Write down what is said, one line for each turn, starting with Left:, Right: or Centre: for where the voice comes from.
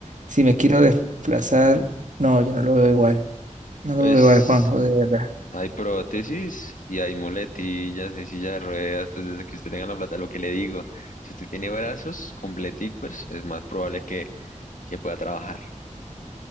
Right: si me quiero desplazar. No, yo no lo veo igual. No lo
Left: Pues
Right: veo igual, Juanjo, de verdad.
Left: hay prótesis y hay muletillas, hay silla de ruedas, pues desde que usted tenga la plata, lo que le digo, si usted tiene brazos completicos, es más probable que, que pueda trabajar.